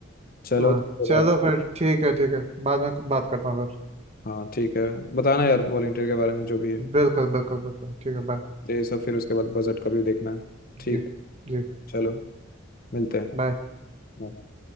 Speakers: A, on the left; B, on the right.
A: चलो
B: हाँ
A: तो
B: चलो
A: फिर अब
B: फिर ठीक है ठीक है बाद में बात करता हूँ फिर
A: हाँ ठीक है बताना यार वॉलंटियर के बारे में जो भी है
B: बिल्कुल बिल्कुल बिल्कुल ठीक है बाय
A: ये सब फिर उसके बाद बजट का भी देखना है ठीक
B: जी जी
A: चलो मिलते
B: बाय
A: हैं